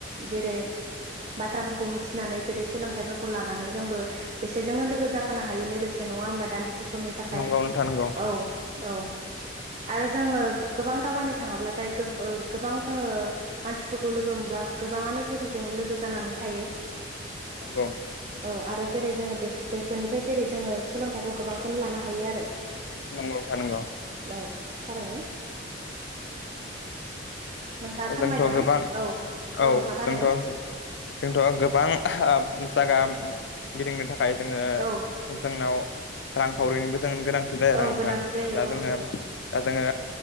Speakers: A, on the right; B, on the left.
A: जेरै बाथ्राफोरखौ मिथिनानै जेरै सोलोंथाइफोरखौ लानानै जोंबो बेसोरजोंनो लोगो जाफानो हायो लोगोसेनो नङा होमबा दान्दिसे समनि थाखाय
B: नंगौ नोंथां नंगौ
A: औ औ आरो जोंङो गोबां दावबायनो थांङाब्लाथाय गोबां जोंङो मानसिफोरखौ लोगो मोनब्ला गोबांङानो जोंजों लोगो जानानै थायो
B: नंगौ
A: औ आरो जेरै जोंङो बे बेफोरनिफ्राय जेरै जोंङो सोलोंथाइखौ गोबांखौनो लानो हायो आरो।
B: नंगौ नोंथां नंगौ।
A: औ थारैनो। नोंथांङा फोरमायजागोन
B: जोंथ' गोबां
A: औ।
B: औ
A: नोंथां थारैनो
B: जोंथ' जोंथ' गोबां ओ जागा गिदिंनो थाखाय जोंङो
A: औ
B: जोंनाव रांखावरिनिबो गोनांथि जायो आरो
A: औ
B: नोंथां
A: गोनांथि जायो
B: दा
A: औ
B: जोंङो
A: नंगौ
B: दा जोंङो